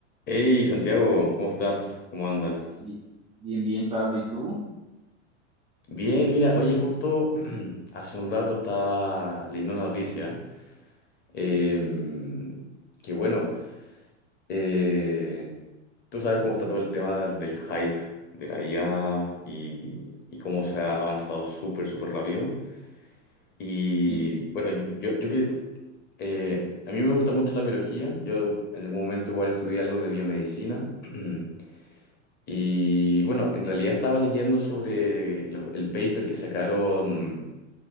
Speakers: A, on the left; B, on the right.
A: Hey Santiago, ¿cómo estás? ¿Cómo andas?
B: Bi- Bien, bien, Pablo, ¿y tú?
A: Bien, mira, oye, justo <clears throat> hace un rato estaba leyendo una noticia em, que bueno, eh, tú sabes cómo está todo el tema del, del hype de la IA y, y cómo se ha avanzado súper, súper rápido. Y
B: Sí,
A: bueno, yo, yo que eh, a mí me gusta mucho la biología, yo en algún momento igual estudié algo de biomedicina. <clears throat> Y bueno, en realidad estaba leyendo sobre los- el paper que sacaron